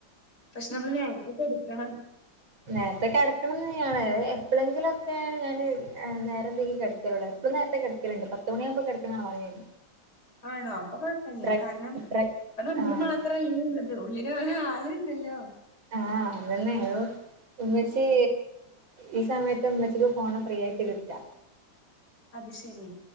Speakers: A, on the left (about 55°); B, on the right (about 85°).
A: പക്ഷെ നമ്മൾ നേരത്തെ കടക്കണം
B: നേരത്തെെ കിടക്കണം കെയാണ് എപ്പോഴെങ്കിലുംക്കെയാണ് ഞാൻ നേരവയ്കി കടക്കലുള്ളത് ഇപം നേരത്തെ കിടക്കല്ണ്ട് പത്ത് മണിയാവുമ്പോ കിടക്ക്ണാളാണ് ഞാൻ
A: ആണോ അപ്പൊ കൊഴപ്പില്ല
B: പ്ര
A: കാരണം
B: പ്ര
A: അപ്പൊ നമ്മള്
B: ആഹ്
A: മാത്രല്ലല്ലോ ഉള്ളത് ഉള്ളില് ഒരു ആള ഇണ്ടല്ലോ
B: ആഹ് അതന്നെയത് ഉമ്മച്ചി ഈ സമയത്ത് ഉമ്മച്ചിക്ക് ഫോണ് ഫ്രീ ആയിട്ട് കിട്ടുക
A: അത് ശരി